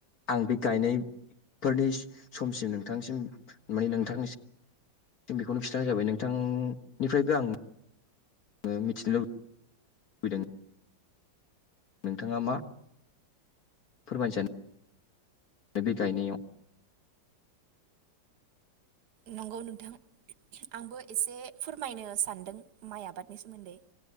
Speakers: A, on the left; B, on the right.
A: आं बे गायनायफोरनि समसिम नों नोंथांसिम माने नोंथांनिसिम बेखौनो खिन्थानाय जाबाय नोंथांनिफ्रायबो आं ओ मिथिनो लुबै लुबैदों नोंथाङा मा फोरमायनोसानो बे गायनायाव
B: नंगौ नोंथां आंबो एसे फोरमायनो सानदों माइ आबादनि सोमोन्दै